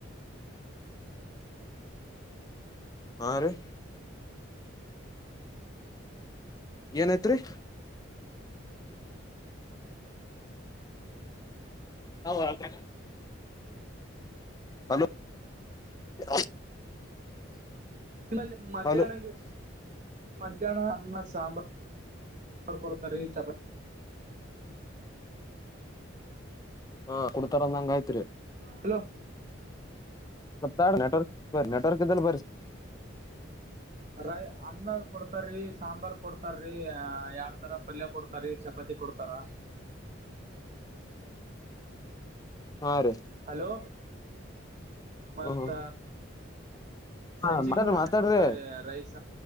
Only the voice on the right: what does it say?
ಇಲ್ಲ ಮಧ್ಯಾನಾಗ್ಯವ್
ಮಧ್ಯಾಹ್ನ ಅನ್ನ ಸಾಂಬಾರ್ ಕೊಡ್ತಾ ರೀ ಚಪಾತಿ
ಹಲೋ
ರೈ ಅನ್ನ ಕೊಡ್ತಾರೀ ಸಾಂಬಾರ್ ಕೊಡ್ತಾರ್ರೀ ಎರಡ್ ತರ ಪಲ್ಯ ಕೊಡ್ತಾರೀ ಚಪಾತಿ ಕೊಡ್ತಾರಾ.
ಹಲೋ ಮತ್ತ
ಚಂಜಿಕನೂ
ಅದೇ
ಕೊಡ್ತಾರೀ ರೈಸ್